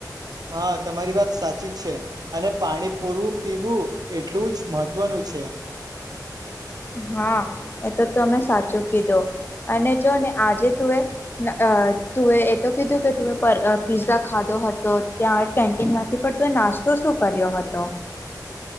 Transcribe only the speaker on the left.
હા એ તો તમે સાચું કીધું અને જો ને આજે તું એ અ તું એ એ તો કીધું કે પર પીઝા ખાધો હતો ત્યાં કેન્ટીન માંથી પણ તુંએ ના નાસ્તો શું કર્યો હતો.